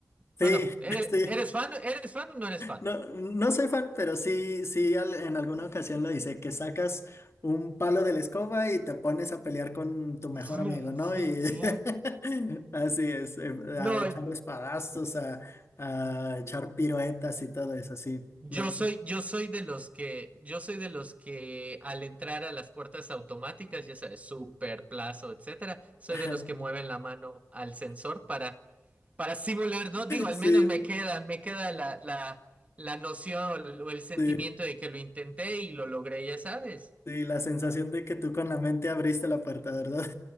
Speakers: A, on the left (about 55°); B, on the right (about 25°).
A: sí,
B: bueno, ¿eres,
A: <laughs> sí.
B: eres fan? ¿Eres fan o no eres fan?
A: No, no soy fan, pero sí, sí, al- en alguna ocasión lo hice, que sacas un palo de la escoba y te pones a pelear con tu mejor
B: Vroom,
A: amigo, ¿no?
B: vroom,
A: Y <laughs>
B: vroom.
A: así es, em,
B: No,
A: a echar espadazos, a, a echar piruetas y todo eso, sí.
B: yo
A: Me...
B: soy, yo soy de los que, yo soy de los que al entrar a las puertas automáticas, ya sabes, Super, Plazo, etcétera, soy
A: <laughs>
B: de los que mueven la mano al sensor para para simular, ¿no? Digo, al
A: Sí,
B: menos me queda, me queda la, la, la noción o el sentimiento
A: sí,
B: de que lo intenté y lo logré, ya sabes.
A: sí, la sensación de que tú con la mente abriste la puerta, ¿verdad?